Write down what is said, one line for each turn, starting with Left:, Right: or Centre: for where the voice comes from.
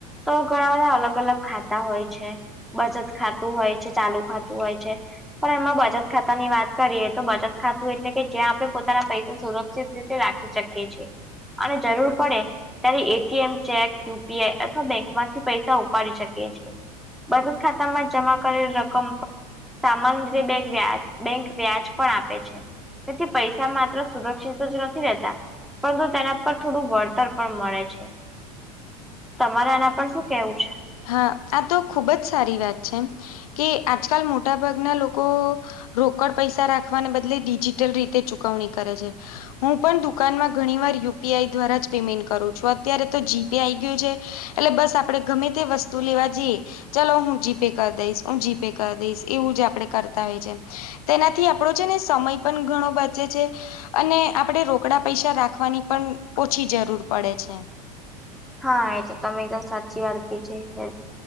Centre: તો ઘણા બધા અલગ અલગ ખાતા હોય છે, બચત ખાતું હોય છે ચાલુ ખાતું હોય છે, પણ એમાં બચત ખાતા ની વાત કરીએ તો બચત ખાતા એટલે કે જ્યાં આપણે પોતાના પૈસા સુરક્ષિત રીતે રાખી શકીએ છે અને જરૂર પડે ત્યારે એટીએમ ચેક યુપીઆઈ અથવા બેંક માંથી પૈસા ઉપાડી શકે છે, બચત ખાતા માં જમા કરેલ રકમ સામાન બે વ્યાજ બેંક વ્યાજ પણ આપે છે, તેથી પૈસા માત્ર સુરક્ષિત જ નથી રહેતા પરંતુ તેના પર થોડું વળતર પણ મળે છે. તમારે એના પર શું કેવું છે?
Left: હા આ તો ખૂબ જ સારી વાત છે કે આજકાલ મોટાભાગના લોકો રોકડ પૈસા રાખવાને બદલે ડિજિટલ રીતે ચુકવણી કરે છે. હું પણ દુકાનમાં ઘણી વાર યુપીઆઈ દ્વારા જ પેમેન્ટ કરું છું અત્યારે તો જીપે આઈ ગયું છે. એટલે બસ આપડે ગમે તે વસ્તુ લેવા જઈ ચલો હું જીપે કરી દઈશ હું જીપે કરી દઈશ એવું જ આપડે કરતા હોય છે. તેનાથી આપણો છે ને સમય પણ ઘણો બચે છે. અને આપણેે રોકડા પૈસા રાખવાની પણ ઓછી જરૂર પડે છે.
Centre: હા એ તો તમે એકદમ સાચી વાત કજ છે.